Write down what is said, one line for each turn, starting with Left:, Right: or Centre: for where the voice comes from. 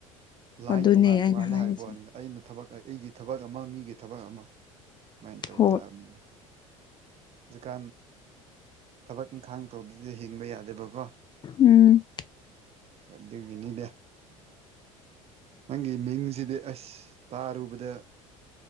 Right: ꯂꯥꯏꯟ
Left: ꯑꯗꯨꯅꯦ
Right: ꯇꯣꯉꯥꯟ
Left: ꯑꯩꯅ
Right: ꯇꯣꯉꯥꯂꯦ
Left: ꯍꯥꯏꯔꯤꯁꯦ
Right: ꯍꯥꯏꯕꯅꯤꯗ ꯑꯩꯅ ꯊꯕꯛ ꯑꯩꯒꯤ ꯊꯕꯛ ꯑꯃ ꯃꯤꯒꯤ ꯊꯕꯛ ꯑꯃ ꯁꯨꯃꯥꯏꯅ ꯇꯧ
Left: ꯍꯣꯏ
Right: ꯇꯥꯕꯅꯤꯅ ꯖꯀꯥꯟ ꯊꯕꯛ ꯏꯪꯈꯥꯡ ꯇꯧꯗꯗꯤ ꯍꯤꯡꯕ ꯌꯥꯗꯦꯕꯀꯣ
Left: ꯎꯝ
Right: ꯑꯗꯨ ꯑꯗꯨꯗꯤꯅꯤꯗꯦ ꯅꯪꯒꯤ ꯃꯤꯡꯁꯤꯗꯤ ꯑꯁ ꯇꯥꯔꯨꯕꯗ